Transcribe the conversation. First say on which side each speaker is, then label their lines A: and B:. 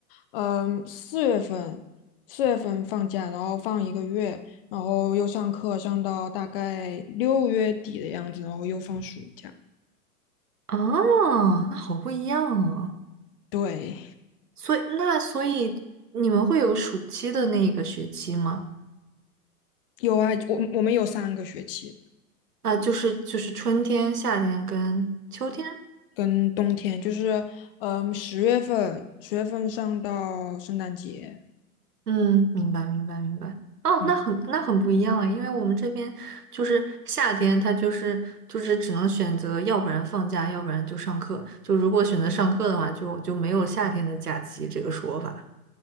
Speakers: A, on the left (about 40°); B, on the right (about 80°).
A: 嗯、四月份，四月份放假，然后放一个月，然后又上课，上到大概六月底的样子，然后又放暑假。
B: 啊，那好不一样哦。
A: 对，
B: 所以那所以你们会有暑期的那一个学期吗？
A: 有啊，我我们有三个学期，
B: 啊，就是就是春天、夏天跟秋天。
A: 跟冬天就是，嗯、十月份，十月份上到圣诞节，
B: 嗯，明白明白明白。哦，
A: 嗯，
B: 那很那很不一样啊，因为我们这边就是夏天，它就是就是只能选择，要不然放假，要不然就上课。就如果选择上课的话，就就没有夏天的假期这个说法。